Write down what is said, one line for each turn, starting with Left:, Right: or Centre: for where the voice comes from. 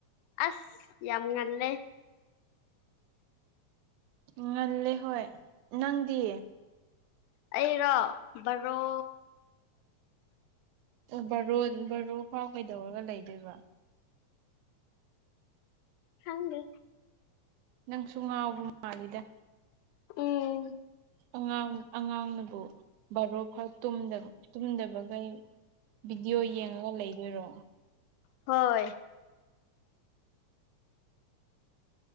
Left: ꯑꯁ ꯌꯥꯝ ꯉꯜꯂꯦ
Right: ꯉꯜꯂꯦ ꯍꯣꯏ ꯅꯪꯗꯤ
Left: ꯑꯩꯔꯣ ꯕꯔꯣ
Right: ꯕꯔꯣ ꯕꯔꯣ ꯐꯥꯎ ꯀꯩꯗꯧꯔꯒ ꯂꯩꯗꯣꯏꯕ
Left: ꯍꯪꯗꯤ
Right: ꯅꯪꯁꯨ ꯉꯥꯎꯕ ꯃꯥꯜꯂꯤꯗ
Left: ꯎꯝ
Right: ꯑꯉꯥꯡ ꯑꯉꯥꯡꯅꯕꯨ ꯕꯥꯔꯣ ꯐꯔ ꯇꯨꯝꯗꯕꯈꯩ ꯚꯗꯤꯑꯣ ꯌꯦꯡꯉꯒ ꯂꯩꯗꯣꯏꯔꯣ
Left: ꯍꯣꯏ